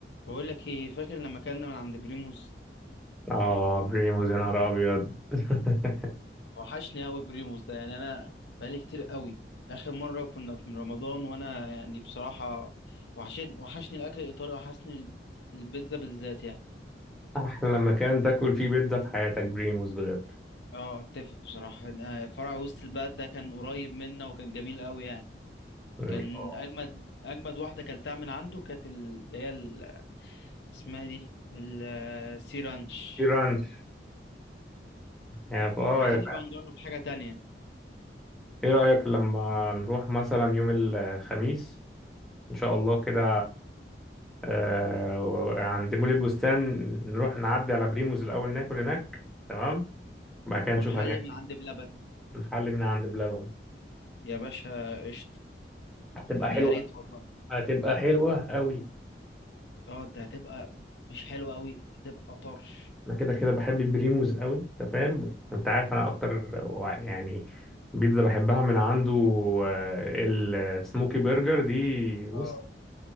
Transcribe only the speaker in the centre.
اه بريموز يا نهار ابيض <laughs>
احلى مكان تاكل فيه بيتزا في حياتك بريموز بجد
اه
في رانش يا ف... اه
يا ف...
ايه رأيك لما نروح مثلا يوم الخميس ان شاء الله كده آه... عند مول البستان نروح نعدي على بريموز الاول ناكل هناك تمام بعد كده نشوف
هنعمل
إيه. نحل من عند بلبن
هتبقى
حلوة
هتبقى حلوة قوي
انا كده كده بحب بريموز قوي انت فاهم انت عارف انا اكتر وع- يعني بيتزا بحبها من عنده آه، السموكي برجر دي بص